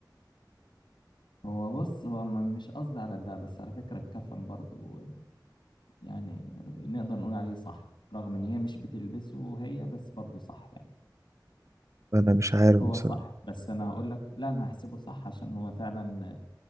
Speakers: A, on the left (about 90°); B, on the right (about 40°).
A: هو بص هو ما- مش قصدي على ده بس على فكرة الكفن برضو يعني نقدر نقول عليه صح رغم ان هي مش بتلبسه هي بس برضه صح يعني
B: انا مش عارف
A: هو
B: بصراحة
A: صح بس انا هقول لك لا انا هحسبه صح عشان هو فعلا